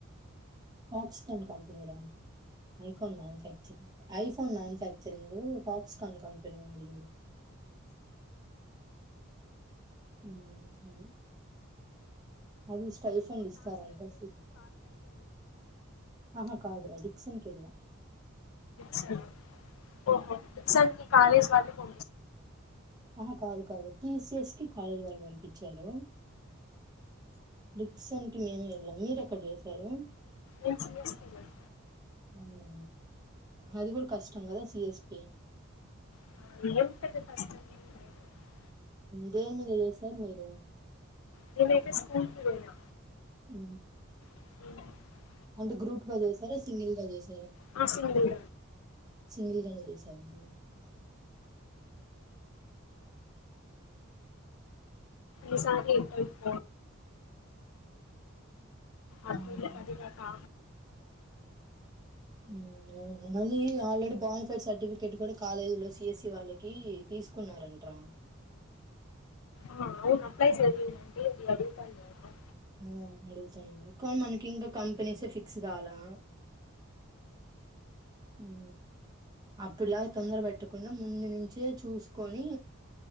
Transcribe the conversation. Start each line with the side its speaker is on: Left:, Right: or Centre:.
Right: ఫాక్స్కాన్ కంపెనీరా iPhone manufacturing iPhone manufacturing Foxconn company ఉంది చూడు హు అది అది ఇష్ట టైఫండ్ ఇస్తారంట ఆహా కాదురా డిక్సన్ కెల్లా
Left: స ఓహో ఇసార్ కాలజ వాళ పో
Right: ఆహా కాదు కాదు టీసిఎస్ కి కాలేజ్ వాళ్ళు పంపించారు డిక్సన్ మేము వెళ్ళాం మీరు ఎక్కడ చేశారు
Left: ఏమ్ <inaudible>
Right: హు అది కూడా కష్టం కదా సిఎస్పి కి
Left: <inaudible>
Right: దేని మీద చేసారు మీరు
Left: నేను అయితే స్కూల్ కి పోయా
Right: హు
Left: అ
Right: అంటే గ్రూప్ గా చేసరా సింగిల్ గా చేసరా
Left: అ <unintelligible>
Right: సింగిల్ గానే చేసి దమూ
Left: ఈసారి ఎక్కడి <inaudible>
Right: మ్మ్.
Left: అటూ లే పది గాకా
Right: హు అవును మళ్ళీ ఆల్రెడీ బానిఫైడ్ సర్టిఫికెట్ కూడా కాలేజీలో సిఎస్సి వాళ్ళకి తీసుకున్నారంట్రా
Left: హు అవును అప్లై చెయండి అడుగుతాన్నార
Right: హు అడుగుతాన్నారు మన కిి ఇంగ కంపెనీసే ఫిక్స్ కాలా హు అప్పుడులాగా తొందర పెట్టకుండా ముందు నుంచే చూసుకొని